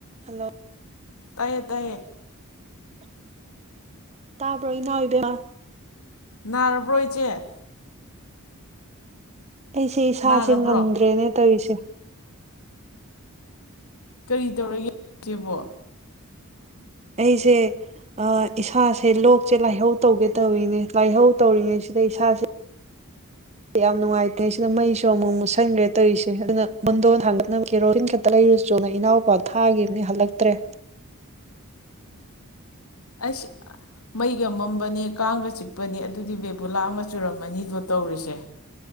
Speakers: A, on the right; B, on the left.
A: ꯍꯜꯂꯣ
B: ꯇꯥꯌꯦ ꯇꯥꯌꯦ
A: ꯇꯥꯕꯔꯣ ꯏꯅꯥꯎ ꯏꯕꯦꯝꯃꯥ
B: <unintelligible> ꯏꯆꯦ
A: ꯑꯩꯁꯦ ꯏꯁꯥꯁꯦ
B: ꯅꯥꯔꯕ꯭ꯔꯣ
A: ꯉꯝꯗ꯭ꯔꯦꯅꯦ ꯇꯧꯔꯤꯁꯦ
B: ꯀꯩ ꯇꯧꯔꯒꯦꯖꯦꯕꯣ
A: ꯑꯩꯁꯦ ꯑꯥ ꯏꯁꯥꯁꯦ ꯂꯣꯛꯁꯦ ꯂꯥꯏꯍꯧ ꯇꯧꯒꯦ ꯇꯧꯔꯤꯅꯦ ꯂꯥꯏꯍꯧ ꯇꯧꯔꯤꯉꯩꯁꯤꯗ ꯏꯁꯥꯁꯦ ꯌꯥꯝ ꯅꯨꯡꯉꯥꯏꯇꯦ ꯁꯤꯗ ꯃꯩꯁꯨ ꯑꯃꯨꯛ ꯃꯨꯠꯁꯤꯟꯈ꯭ꯔꯦ ꯇꯧꯔꯤꯁꯦ ꯑꯗꯨꯅ ꯄꯣꯗꯣꯟ ꯊꯥꯡꯒꯠꯅꯕ ꯀꯦꯔꯣꯗꯤꯟ ꯈꯛꯇ ꯂꯩꯔꯨꯆꯣꯅ ꯏꯅꯥꯎꯄꯥ ꯊꯥꯈꯤꯕꯅꯦ ꯍꯟꯂꯛꯇ꯭ꯔꯦ
B: ꯑꯁ ꯃꯩꯒ ꯃꯝꯕꯅꯦ ꯀꯥꯡꯒ ꯆꯤꯛꯄꯅꯦ ꯑꯗꯨꯗꯤ ꯕꯦꯕꯨꯂꯥ ꯑꯃ ꯆꯨꯔꯝꯃꯅꯤꯕꯣ ꯇꯧꯔꯤꯁꯦ